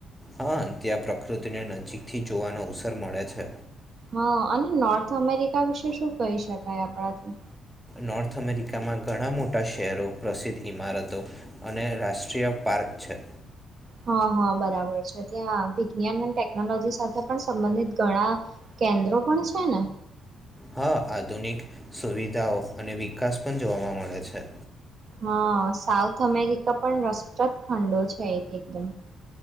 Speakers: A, in the centre; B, on the right.
A: હા ત્યાં પ્રકૃતિને નજીક થી જોવાનો અવસર મળે છે.
B: હા અને નોર્થ અમેરિકા વિશે શું કહી શકાય આપણાથી.
A: નોર્થ અમેરિકામાં ઘણા મોટા શહેરો પ્રસિદ્ધ ઈમારતો, અને રાષ્ટ્રીય પાર્ક છે.
B: હા હા બરાબર છે ત્યાં વિજ્ઞાન અને ટેકનોલોજી સાથે પણ સંબંધિત ઘણા, કેન્દ્રો પણ છે ને.
A: હા આધુનિક સુવિધાઓ અને વિકાસ પણ જોવામાં મળે છે.
B: હા સાઉથ અમેરિકા પણ રસપ્રદ ખંડો છે એક એકદમ.